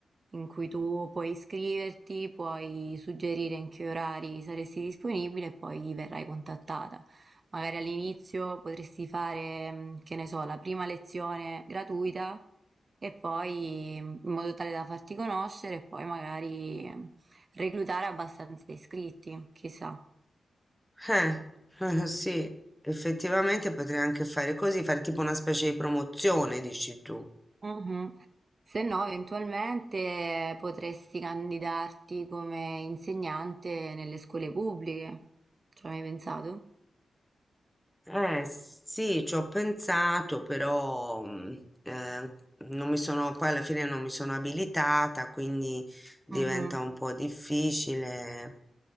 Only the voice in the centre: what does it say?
Eh, <laughs> eh, sì, effettivamente potrei anche fare così, fare tipo una specie di promozione, dici tu.
Eh, sì, ci ho pensato, però mm, eh, non mi sono, poi alla fine non mi sono abilitata, quindi diventa
un po' difficile.